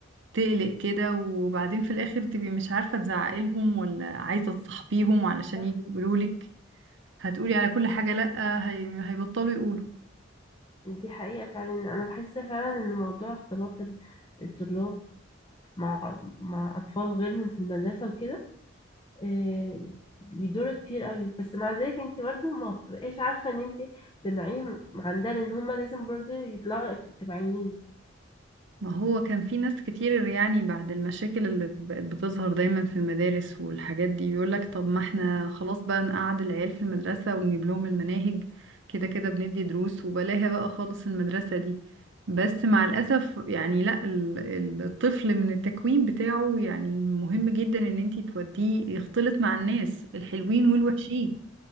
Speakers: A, on the right (about 65°); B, on the left (about 25°).
A: تقلق كده وبعدين في الاخر تبقي مش عارفة تزعقي لهم ولا عايزة تصاحبيهم علشان
B: صح
A: يجوا يقولوا لك هتقولي على كل حاجة لأ هي... هيبطلوا يقولوا
B: دي حقيقه فعلا انا بحس فعلا ان موضوع اختلاط ال- الطلاب مع مع اطفال غيرهم في المدرسه وكده إيه بيدور كتير قوي بس مع ذلك انت برضو ما بتبقاش عارفه ان انت تمنعيهم عن ده لان هما لازم برضو يطلعوا اجتماعيين
A: ما هو كان في ناس كتير يعني بعد المشاكل اللي بقت بتظهر دايما في المدارس والحاجات دي بيقولك طب ما احنا خلاص بقى نقعد العيال في المدرسة ونجيب لهم المناهج كده كده بندي دروس وبلاها بقى خالص المدرسة دي بس مع الأسف يعني لا ال- ال- الطفل من التكوين بتاعه يعني مهم جدا ان انتي توديه يختلط مع الناس الحلوين والوحشين